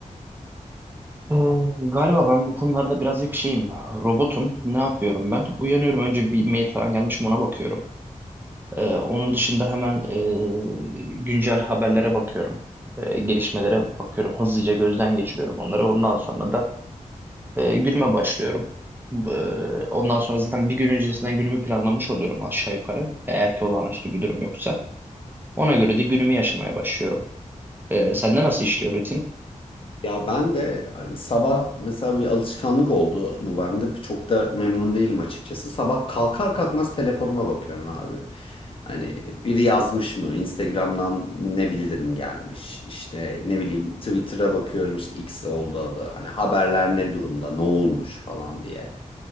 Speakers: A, on the right; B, on the left.
A: Ee, Galiba ben bu konularda birazcık şeyim, robotum. Ne yapıyorum ben? Uyanıyorum önce bir mail falan gelmiş mi ona bakıyorum. Ee, onun dışında hemen e, güncel haberlere bakıyorum. Ee, gelişmelere bakıyorum. Hızlıca gözden geçiriyorum onları. Ondan sonra da e, günüme başlıyorum. Ee, ondan sonra zaten bir gün öncesinden günümü planlamış oluyorum aşağı yukarı. Eğer ki olağanüstü bir durum yoksa. Ona göre de günümü yaşamaya başlıyorum. Ee, sende nasıl işliyor rutin?
B: Ya ben de hani sabah mesela bir alışkanlık oldu bu bende. Çok da memnun değilim açıkçası. Sabah kalkar kalkmaz telefonuma bakıyorum abi. Hani biri yazmış mı? Instagram'dan ne bildirim gelmiş? İşte ne bileyim Twitter'a bakıyorum işte X oldu adı. Hani haberler ne durumda? Ne olmuş falan diye.